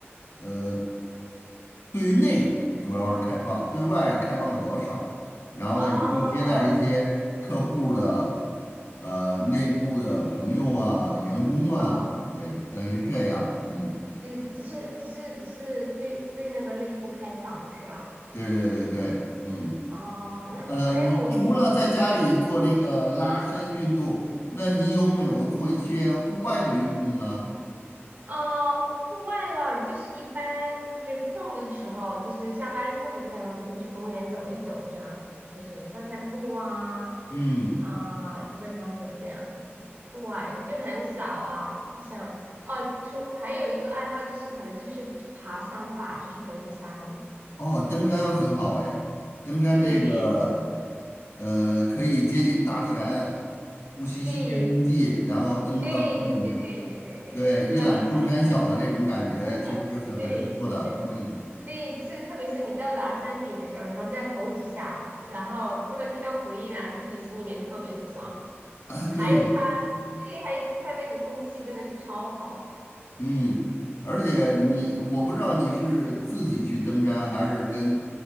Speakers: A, on the left; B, on the right.
A: 呃对于内主要是开放，对外开放的比较少。然后呢，
B: 哦
A: 也就接待一些客户的呃内部的朋友啊、员工啊，
B: 哦，
A: 对，等于是这样，嗯，
B: 只只是只是只是对对那个内部开放是吧？
A: 对对对对，嗯。
B: 哦，那我哎，
A: 呃，你除了在家里做这个拉伸运动，
B: 我
A: 那你有没有做一些户外的运动呢？
B: 呃，户外的话，就是一般就是空的时候，就是下班之后这样子会去公园走一走，这样就是散散步啊
A: 嗯，
B: 啊，基本上就这样子。户外的就很少啊，就像哦，出还有一个爱好就是可能就是爬山吧，就是登山。
A: 哦，登山很好哎，登山这个
B: 对
A: 呃，可以接近大自然，呼吸新鲜空气，
B: 对
A: 然后登到山顶，
B: 对对对对对对对对，
A: 对，
B: 说到点，
A: 一览众山小的这种感觉，
B: <laughs>
A: 其实是很很舒服的。
B: 对。
A: 嗯，
B: 对，就是特别是你到达山顶的时候，然后再吼几下，然后除了听到回音然后自己心里面特别爽。
A: 啊，
B: 还有它，
A: 对，
B: 对，还有就是它那个空气真的是超好
A: 嗯，而且你，我不知道你是自己去登山，还是跟